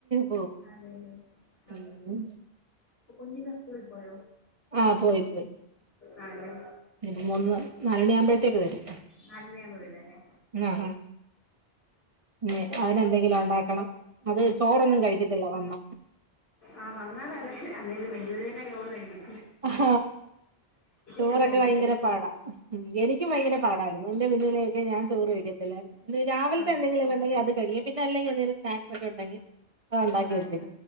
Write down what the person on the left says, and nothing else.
അതെല്ലേ ആഹഹ
അപ്പൊ കൊഞ്ഞന്ന സ്കൂളിൽ പോയോ
ആണല്ലേ
നാലുമണിയാകുമ്പോ വരുവല്ലേ
ആഹ് വന്നാലല്ല അല്ല വലിയൂരു തന്നെോറ് കഴിക്കും
ചെലപ്പോ എന്തേലും
അതെ
ഉണ്ടാക്കിയ